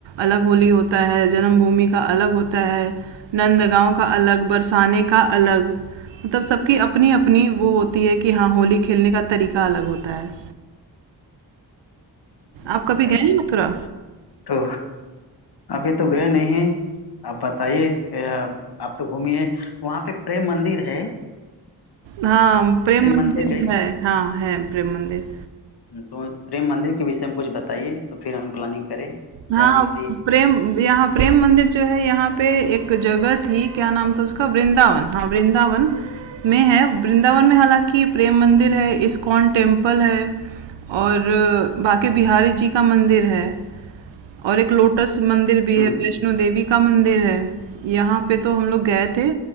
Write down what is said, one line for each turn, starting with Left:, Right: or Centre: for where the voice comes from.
Right: अलग होली होता है, जन्मभूमि का अलग होता है, नंदगांव का अलग, बरसाने का अलग। मतलब सबकी अपनी-अपनी वो होती है कि हाँ, होली खेलने का तरीका अलग होता है।
Left: अच्छा
Right: आप कभी गए हैं मथुरा?
Left: तो अभी तो गए नहीं हैं आप बताइए ए, आप आप तो घूमिए वहाँ पे प्रेम मंदिर है
Right: हाँ, प्रेम
Left: प्रेम
Right: मंदिर
Left: मंदिर गई
Right: है। हाँ, है प्रेम मंदिर।
Left: तो प्रेम मंदिर के विषय में कुछ बताइए तो फिर हम प्लानिंग करें
Right: हाँ
Left: जाने के लिए
Right: प्रेम यहाँ प्रेम मंदिर जो है यहाँ पे एक जगह थी क्या नाम था उसका वृंदावन हाँ वृंदावन में है वृंदावन में हालांकि प्रेम मंदिर है इस्कॉन टेम्पल है और अ, बाके बिहारी जी का मंदिर है और एक लोटस मंदिर भी
Left: हम्म
Right: है वैष्णो देवी का मंदिर है यहाँ पे तो हम लोग गए थे